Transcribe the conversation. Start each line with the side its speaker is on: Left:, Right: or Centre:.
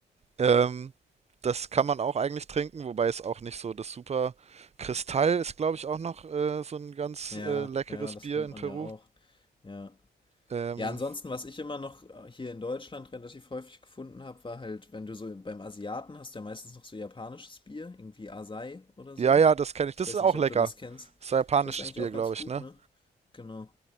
Right: Ähm, das kann man auch eigentlich trinken, wobei es auch nicht so das super. Kristall ist, glaube ich, auch noch äh, so ein ganz
Left: Ja,
Right: äh, leckeres
Left: ja, das
Right: Bier
Left: kennt
Right: in
Left: man
Right: Peru.
Left: ja auch. Ja.
Right: Ähm,
Left: Ja, ansonsten, was ich immer noch äh, hier in Deutschland relativ häufig gefunden habe, war halt, wenn du so beim Asiaten hast, du ja meistens noch so japanisches Bier, irgendwie Asai oder so.
Right: ja, ja, das kenne ich.
Left: Ich
Right: Das
Left: weiß
Right: ist auch
Left: nicht, ob
Right: lecker.
Left: du das kennst.
Right: Das ist ein japanisches
Left: Das ist eigentlich
Right: Bier,
Left: auch
Right: glaube
Left: ganz gut,
Right: ich, ne?
Left: ne? Genau.